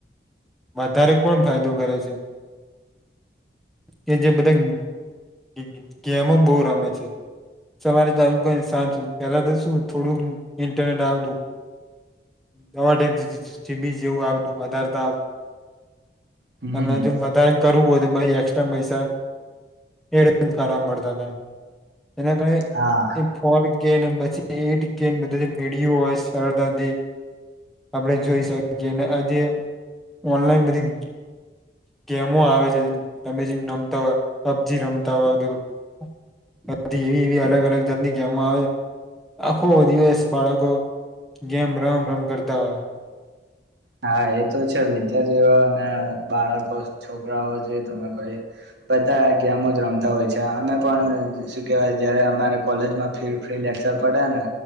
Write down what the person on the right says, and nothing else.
હમ
હા
હા એ તો છે વિદ્યાર્થીઓ અને બાળકો છોકરાઓ જે તમે કહો બધા ગેમો જ રમતા હોય છે અમે પણ શું કેવાય જયારે અમારે કોલેજમાં ફી ફ્રી લેક્ચર પડે ને